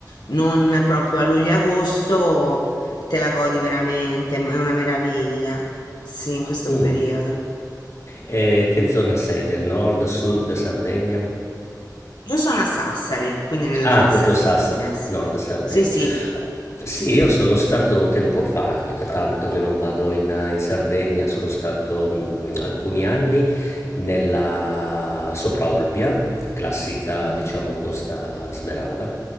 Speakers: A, on the left; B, on the left.
A: non proprio a luglio-agosto. Te la godi veramente, m- è una meraviglia. Sì, in questo
B: Mh.
A: periodo.
B: E che zona sei? Del nord, sud, Sardegna?
A: Io sono a Sassari, quindi nel
B: Ah,
A: nord
B: proprio
A: Sardegna.
B: Sassari,
A: s-
B: Nord Sardegna.
A: Sì, sì,
B: Sì, io sono stato tempo fa, è da tanto che non vado in, in Sardegna, sono stato mh, alcuni anni nella Sopraolbia, classica,
A: mm,
B: diciamo, Costa Smeralda.